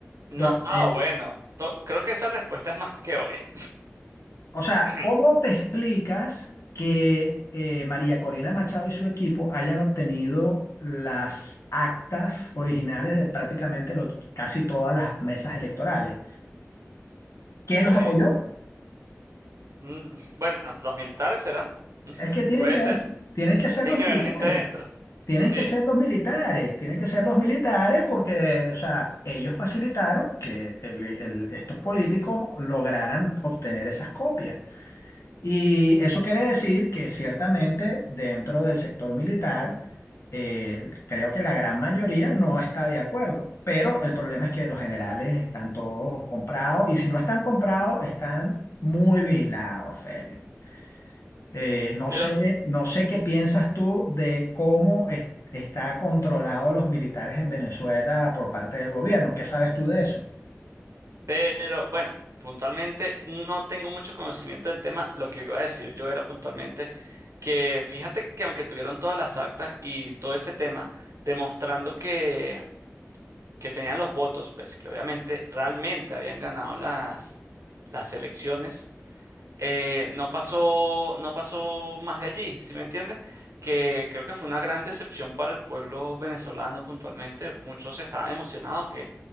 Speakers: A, on the right (about 70°); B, on the left (about 65°).
A: No,
B: donde
A: ah, bueno, to- creo que esa respuesta es más que obvia.
B: O sea,
A: <clears throat>
B: ¿cómo te explicas que eh, María Corina Machado y su equipo hayan obtenido las actas originales de prácticamente los- casi todas las mesas electorales? ¿Quién
A: Sí.
B: los apoyó?
A: Mm, Bueno, los militares serán. <laughs> Mm,
B: Es que tienen
A: Puede
B: que,
A: ser.
B: tienen que ser
A: Tiene
B: los
A: que
B: militares,
A: haber gente dentro.
B: tienen
A: Sí.
B: que ser los militares, tienen que ser los militares porque, o sea, ellos facilitaron que el- el- estos políticos lograran obtener esas copias. Y eso quiere decir que ciertamente dentro del sector militar, eh, creo que la gran mayoría no está de acuerdo, pero el problema es que los generales están todos comprados y si no están comprados, están muy vigilados, Félix. Eh, no
A: Pero,
B: sé, no sé qué piensas tú de cómo es- está controlado los militares en Venezuela por parte del gobierno. ¿Qué sabes tú de eso?
A: pero, bueno, puntualmente no tengo mucho conocimiento del tema. Lo que iba a decir yo era puntualmente que fíjate que aunque tuvieron todas las actas y todo ese tema, demostrando que, que tenían los votos, pues que obviamente realmente habían ganado las, las elecciones eh, no pasó, no pasó más de allí, ¿sí me entiendes? Que creo que fue una gran decepción para el pueblo venezolano puntualmente. Muchos estaban emocionados que